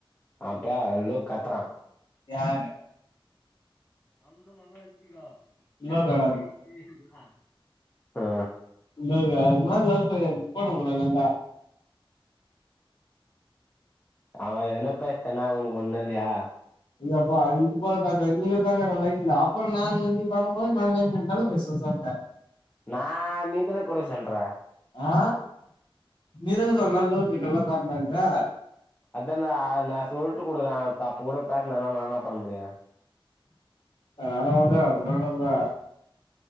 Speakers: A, on the left (about 20°); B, on the left (about 60°).
A: அப்ப லோக் கத்துறான்
B: யாரு
A: வந்தனாதா வச்சிக்கோ காக்
B: லோகோ
A: கே கே சொல்றா ஆ
B: என்னதே இந்த மாரி லவ் ஃபெய்லியர்டா ஃபோன குட்றா அதாண்ட
A: அவன் ஏதனா பேச்தோனா உனக்கு ஒண்ணு இல்லையா
B: யப்பா இது போலா பேசாதங்கற இன்னிக்கி போடுறன்டா லைன்ல அப்புறம் நான் நீ பண்ணும் போது நான் என்னாவேன்னாலும் பேசுவ சொல்ட்டேன்
A: நான் நீ தானே கொறசொல்ற
B: ஆ நீதான சொன்ன லோக் கிட்டலா சாப்டன்ட்டு
A: அதான்டா நான் நான் சொல்ட்டு கூடுறன் அப்ப கூட பேசலனா நான் என்ன பண்ண முடியும்
B: வேனா உடு அப்பறம் என்ன பண்ணுவ